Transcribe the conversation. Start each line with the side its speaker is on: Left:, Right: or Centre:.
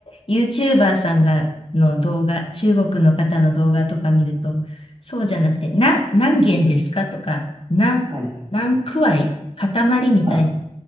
Left: YouTuber さんがの動画、中国の方の動画とか見ると、そうじゃなくて、な、何元ですかとか、何、
Right: はい。はい。
Left: 何くわい塊みたい
Right: あ、